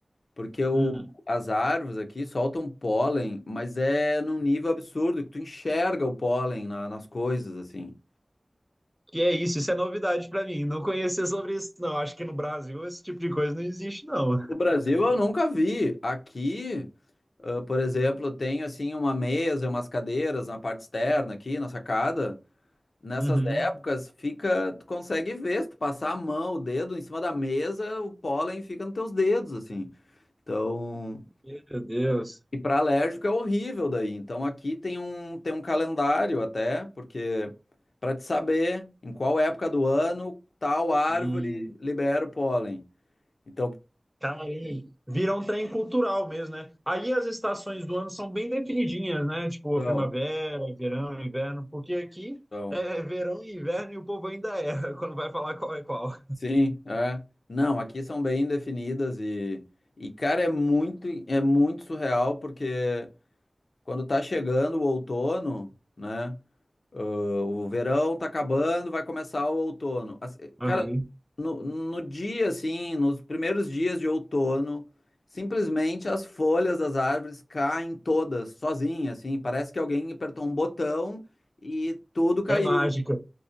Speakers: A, on the left; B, in the centre.
A: porque o,
B: Hum.
A: as árvores aqui soltam pólen, mas é num nível absurdo que tu enxerga o pólen na- nas coisas assim.
B: Que é isso? Isso é novidade para mim. Não conhecia sobre isso, não. Acho que no Brasil esse tipo de coisa não existe, não.
A: No Brasil eu nunca vi. Aqui, ah, por exemplo, tem assim uma mesa, umas cadeiras na parte externa aqui, na sacada. Nessas
B: Uhum.
A: épocas fica, tu consegue ver, se tu passar a mão, o dedo em cima da mesa, o pólen fica nos teus dedos, assim. Então,
B: Meu Deus.
A: e para alérgico é horrível daí. Então aqui tem um tem um calendário até, porque para te saber em qual época do ano tal árvore
B: Hum.
A: libera o pólen. Então,
B: Caramba, vira um trem cultural mesmo, né? Aí as estações do ano são bem definidinhas, né? Tipo,
A: então,
B: a primavera, verão, inverno, porque aqui
A: então
B: é verão e inverno e o povo ainda erra <laughs> quando vai falar qual é qual.
A: Sim, é. Não, aqui são bem definidas e, e cara, é muito, é muito surreal porque quando tá chegando o outono, né? ãh, o verão tá acabando, vai começar o outono. As-
B: Aham.
A: Cara, no, no dia, assim, nos primeiros dias de outono, simplesmente as folhas das árvores caem todas, sozinhas, assim. Parece que alguém apertou um botão e tudo caiu.
B: É mágica.